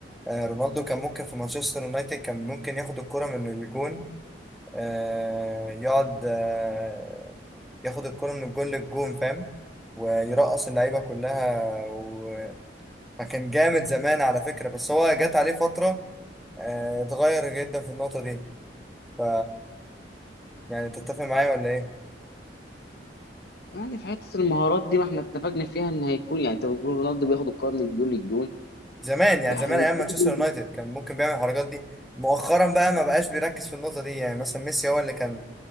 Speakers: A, in the centre; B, on the left.
A: آه رونالدو كان ممكن في مانشستر يونايتد كان ممكن ياخد الكرة من الجون آه يقعد آه ياخد الكرة من الجون للجون فاهم ويرقص اللعيبة كلها وكان جامد زمان على فكرة بس هو جات عليه فترة آه اتغير جدا في النقطة دي ف يعني تتفق معايا ولا ايه؟
B: يعني في حته المهارات دي ما احنا اتفقنا فيها ان هيكون يعني انت بتقول رونالدو بياخد الكره من جون للجون
A: زمان يعني
B: احنا
A: زمان ايام
B: بنتكلم-
A: مانشستر يونايتد كان ممكن بيعمل الحركات دي مؤخرا بقى ما بقاش بيركز في النقطه دي يعني مثلا ميسي هو اللي كان